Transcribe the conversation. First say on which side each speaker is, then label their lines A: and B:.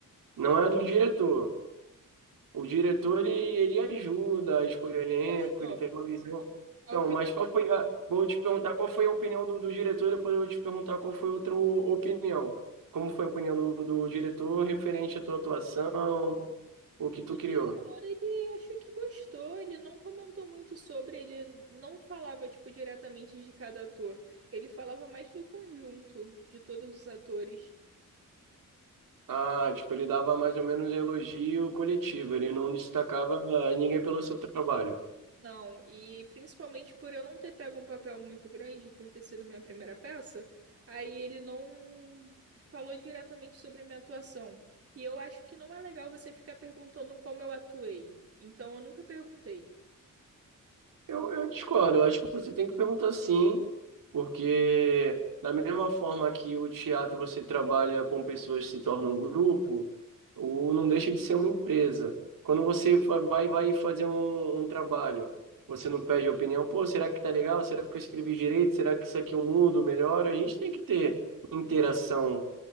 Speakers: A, on the right (about 75°); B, on the right (about 45°).
A: não é a do diretor. O diretor, ele, ele ajuda a escolher elenco,
B: Gostou.
A: ele tem uma visão.
B: Aí
A: Então,
B: eu pedi
A: mas qual foi a... Vou te perguntar qual foi a opinião do, do diretor, depois eu vou te perguntar qual foi outra o- opinião. Como foi a opinião do, do diretor referente à tua atuação, o que tu
B: pro
A: criou?
B: diretor, ele achou que gostou, ele não comentou muito sobre, ele não falava, tipo, diretamente de cada ator. Ele falava mais do conjunto de todos os atores.
A: Ah, tipo, ele dava mais ou menos elogio coletivo, ele não destacava ninguém pelo seu trabalho.
B: Não, e principalmente por eu não ter pego um papel muito grande, por ter sido minha primeira peça, aí ele não falou diretamente sobre minha atuação. E eu acho que não é legal você ficar perguntando como eu atuei. Então eu nunca perguntei.
A: Eu, eu discordo, eu acho que você tem que perguntar sim, porque da mesma forma que o teatro você trabalha com pessoas que se tornam um grupo, o não deixa de ser uma empresa. Quando você fa- vai, vai fazer um, um trabalho, você não pede opinião, pô, será que tá legal? Será que eu escrevi direito? Será que isso aqui eu mudo, melhor? A gente tem que ter interação,